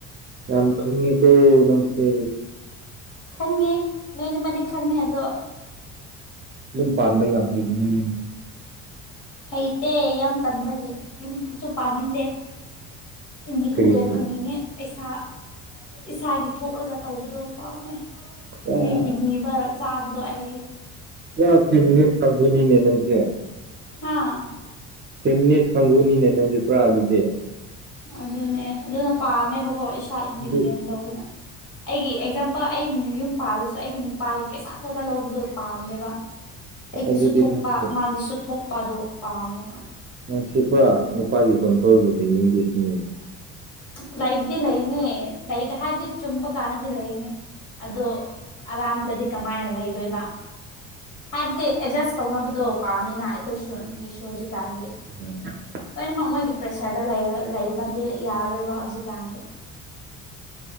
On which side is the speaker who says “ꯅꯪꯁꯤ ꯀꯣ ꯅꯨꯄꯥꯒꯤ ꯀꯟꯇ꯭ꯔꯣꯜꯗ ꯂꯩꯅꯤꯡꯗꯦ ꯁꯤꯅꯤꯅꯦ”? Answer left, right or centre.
Right